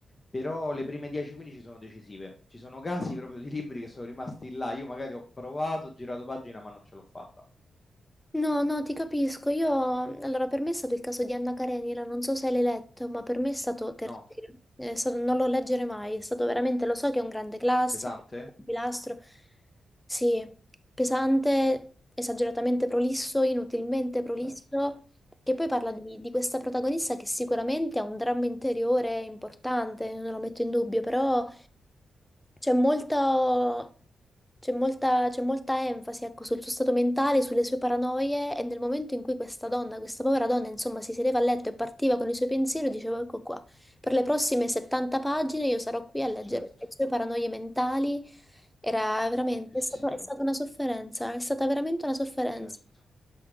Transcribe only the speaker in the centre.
No, no, ti capisco. Io, allora, per me è stato il caso di Anna Karenina, non so se l'hai letto, ma per me è stato terribile.
È stato- non lo leggere mai, è stato veramente, lo so che è un grande classico,
un pilastro, sì, pesante, esageratamente prolisso, inutilmente prolisso,
che poi parla di, di questa protagonista che sicuramente ha un dramma interiore importante, non lo metto in dubbio, però c'è molta, c'è molta, c'è molta enfasi, ecco, sul suo stato mentale, sulle sue paranoie e nel momento in cui questa donna, questa povera donna, insomma, si sedeva a letto e partiva con i suoi pensieri, dicevo, ecco qua, per le prossime 70 pagine io sarò qui a leggere
le sue paranoie mentali. Era veramente,
è stato- è stata una sofferenza, è stata veramente una sofferenza.